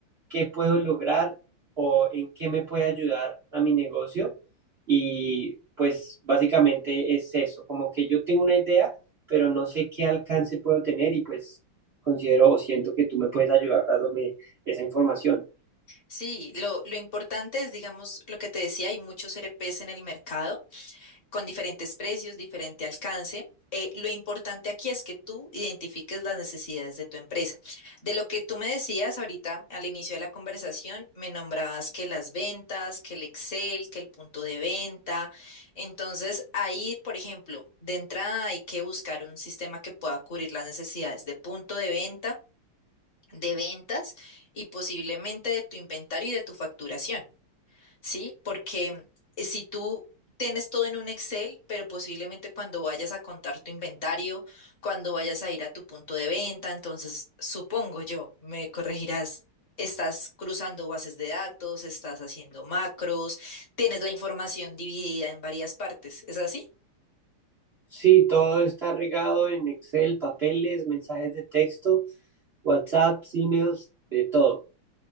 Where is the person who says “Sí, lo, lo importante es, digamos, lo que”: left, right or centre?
Left